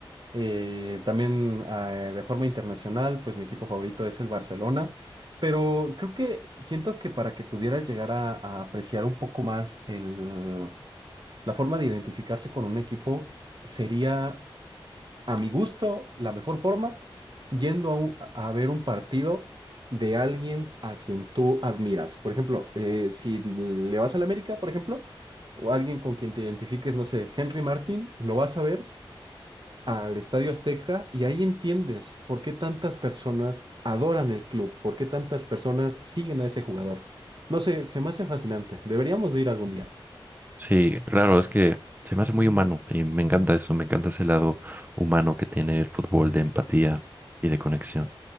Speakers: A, on the right (about 55°); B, on the right (about 20°).
A: Eh, también eh, de forma internacional, pues mi equipo favorito es el Barcelona, pero creo que siento que para que pudieras llegar a, a apreciar un poco más el, la forma de identificarse con un equipo sería, a mi gusto, la mejor forma yendo a, un- a ver un partido de alguien a quien tú admiras. Por ejemplo, eh, si le vas al América, por ejemplo, o alguien con quien te identifiques, no sé, Henry Martin, lo vas a ver al Estadio Azteca y ahí entiendes por qué tantas personas adoran el club, por qué tantas personas siguen a ese jugador. No sé, se me hace fascinante. Deberíamos de ir algún día.
B: Sí, claro, es que se me hace muy humano y me encanta eso. Me encanta ese lado humano que tiene el fútbol de empatía y de conexión.